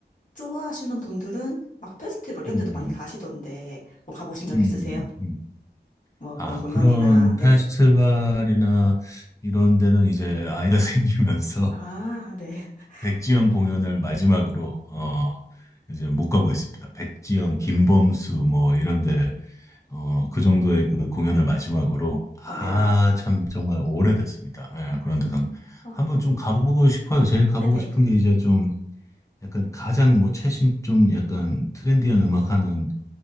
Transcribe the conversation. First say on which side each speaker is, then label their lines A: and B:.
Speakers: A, on the left; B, on the left.
A: 좋아하시는 분들은 막 페스티벌 이런
B: 음,
A: 데도 많이 가시던데, 뭐 가보신
B: 음,
A: 적
B: 음.
A: 있으세요?
B: 음.
A: 뭐
B: 아,
A: 그런 공연이나,
B: 그런
A: 네네.
B: 페스티벌이나 이런 데는 이제 아이가 <laughs> 생기면서
A: 아, 네.
B: 백지영
A: <laughs>
B: 공연을 마지막으로, 어, 이제 못 가고 있습니다. 백지영, 김범수, 뭐, 이런 데, 어, 그 정도의 그 공연을 마지막으로,
A: 아, 네네.
B: 아, 참, 정말 오래됐습니다. 예, 그런데
A: 아,
B: 한번 좀 가보고 싶어요. 제일 가보고
A: 네네.
B: 싶은 게 이제 좀 약간 가장 뭐 최신 좀 약간 트렌디한 음악 하는